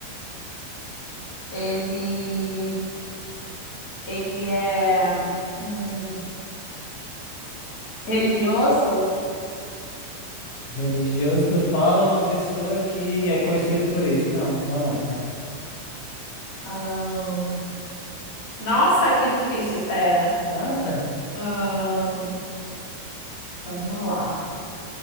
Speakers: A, on the left (about 20°); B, on the left (about 70°).
A: Ele, ele é hum, religioso.
B: Religioso, tu fala uma pessoa que é conhecida por isso. Não, não é, não.
A: Ahn, nossa, que difícil, pera.
B: Nada?
A: Ahn, vamos lá.